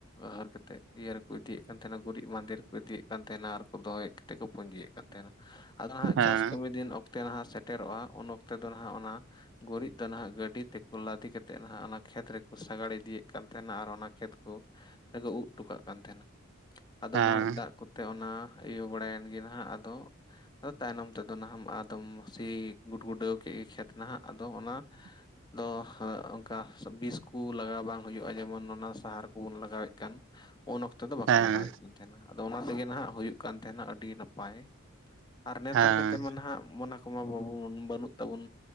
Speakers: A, on the left (about 20°); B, on the right (about 60°).
A: ᱦᱟᱨ ᱠᱟ ᱛᱮᱜ ᱤᱭᱟᱹ ᱨᱮᱠᱚ ᱤᱫᱤᱭᱮᱫ ᱠᱟᱱ ᱛᱟᱦᱮᱸᱱᱟ ᱜᱩᱨᱤᱡ ᱵᱟᱸᱫᱮ ᱨᱮᱠᱚ ᱤᱫᱤᱭᱮᱫ ᱠᱟᱱ ᱛᱟᱦᱮᱸᱱᱟ, ᱟᱨᱠᱚ ᱫᱚᱦᱚᱭᱮᱫ ᱛᱮᱫ ᱠᱚ ᱯᱩᱸᱡᱤᱭᱮᱫ ᱠᱟᱱ ᱛᱟᱦᱮᱸᱱᱟ᱾ ᱟᱫᱚ ᱱᱟᱦᱟᱸᱜ
B: ᱦᱮᱸ ᱦᱮᱸ
A: ᱪᱟᱥ ᱠᱟᱹᱢᱤ ᱫᱤᱱ ᱚᱠᱛᱮ ᱱᱟᱦᱟᱸᱜ ᱥᱮᱴᱮᱨᱚᱜᱼᱟ ᱩᱱ ᱚᱠᱛᱮ ᱫᱚ ᱱᱟᱦᱟᱜ ᱚᱱᱟ ᱜᱩᱨᱤᱡ ᱱᱟᱦᱟᱸᱜ ᱜᱟᱹᱰᱤ ᱛᱮᱠᱚ ᱞᱟᱫᱮ ᱠᱟᱛᱮᱜ ᱱᱟᱦᱟᱸᱜ ᱚᱱᱟ ᱠᱷᱮᱛ ᱨᱮᱠᱚ ᱥᱟᱜᱟᱲ ᱤᱫᱤᱭᱮᱫ ᱠᱟᱱ ᱛᱟᱦᱮᱸᱱᱟ ᱟᱨ ᱚᱱᱟ ᱠᱷᱮᱛ ᱠᱚ ᱨᱮᱠᱚ ᱩᱫ ᱦᱚᱴᱚ ᱠᱟᱜ ᱠᱟᱱ ᱛᱟᱦᱮᱸᱱᱟ, ᱟᱫᱚ
B: ᱦᱮᱸ
A: ᱱᱟᱦᱟᱸᱜ ᱫᱟᱜ ᱠᱚᱛᱮ ᱚᱱᱟ ᱤᱭᱟᱹ ᱵᱟᱲᱟᱭᱮᱱ ᱜᱮ ᱱᱟᱦᱟᱸᱜ ᱟᱫᱚ ᱟᱫᱚ ᱛᱟᱭᱱᱚᱢ ᱛᱮᱫᱚ ᱱᱟᱦᱟᱸᱢ ᱟᱫᱚᱢ ᱥᱤ ᱜᱩᱰᱜᱩᱰᱟᱹᱣ ᱠᱮᱫ ᱜᱮ ᱠᱷᱮᱛ ᱱᱟᱦᱟᱸᱜ ᱟᱫᱚ ᱚᱱᱟ
B: <inaudible>
A: ᱫᱚ ᱚᱝᱠᱟ ᱵᱤᱥ ᱠᱚ ᱞᱟᱜᱟᱣ ᱵᱟᱝ ᱦᱩᱭᱩᱜᱼᱟ ᱡᱮᱢᱚᱱ ᱚᱱᱟ ᱥᱟᱦᱟᱨ ᱠᱚᱵᱚᱱ ᱞᱟᱜᱟᱣᱮᱫ ᱠᱟᱱ ᱩᱱ ᱚᱠᱛᱚ ᱫᱚ ᱵᱟᱠᱚ
B: ᱦᱮᱸ
A: ᱞᱟᱜᱟᱣᱮᱫ ᱠᱟᱱ ᱛᱟᱦᱮᱸᱱᱟ, ᱟᱫᱚ ᱚᱱᱟ ᱛᱮᱜᱮ ᱱᱟᱦᱟᱸᱜ ᱦᱩᱭᱩᱜ ᱠᱟᱱ ᱛᱟᱦᱮᱸᱱᱟ ᱟᱹᱰᱤ ᱱᱟᱯᱟᱭ᱾ ᱟᱨ ᱱᱮᱛᱟᱨ
B: ᱦᱮᱸ
A: ᱠᱟᱛᱮᱜ ᱢᱟ ᱱᱟᱦᱟᱸᱜ ᱢᱚᱱ ᱠᱚᱢᱟ ᱵᱟᱵ ᱵᱟᱹᱱᱩᱜ ᱛᱟᱵᱚᱱ,